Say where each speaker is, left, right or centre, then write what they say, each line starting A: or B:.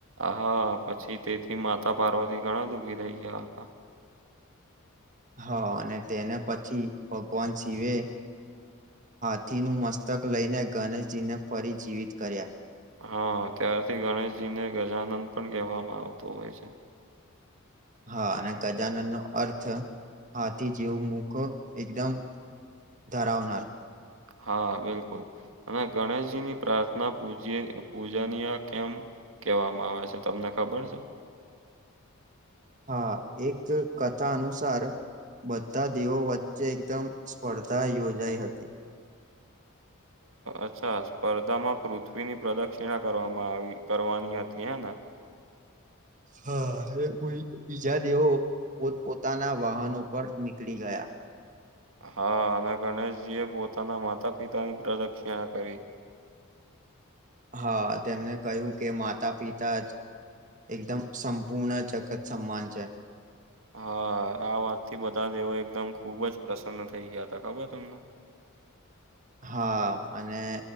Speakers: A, on the right (about 65°); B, on the right (about 35°).
A: હા પછી તેથી માતા પાર્વતી ઘણા દુખી રહી ગયા હતા.
B: હા અને તેને પછી ભગવાન શિવે હાથીનું મસ્તક લઈને ગણેશજીને ફરી જીવિત કર્યા.
A: હા ત્યારથી ગણેશજી ને ગજાનંદ પણ કહેવામાં આવતું હોય છે.
B: હા અને ગજાનન નો અર્થ હાથી જેવું મુક એકદમ ધરાવનાર
A: હા બિલકુલ અને ગણેશજીની પ્રાર્થના પૂ પુજાની આ કેમ કેવામાં આવે છે તમને ખબર છે?
B: હા એક કથા અનુસાર બધા દેવો વચ્ચે એકદમ સ્પર્ધા યોજાઈ હતી.
A: અચ્છા સ્પર્ધામાં પૃથ્વીની પ્રદક્ષિણા કરવામાં આવી કરવાની હતી હે ને?
B: હા બીજા દેવો પોત પોતાના વાહનો પર નીકળી ગયા.
A: હા અને ગણેશજી એ પોતાના માતા પિતાની પ્રદક્ષિણા કરી
B: હા તેમને કહ્યું કે માતા પિતા જ એકદમ સંપૂર્ણ જગત સમાન છે.
A: હા આ વાત થી બધા દેવો એકદમ ખુબ જ પ્રસન્ન થઇ ગયા હતા ખબર તમને.
B: હા અને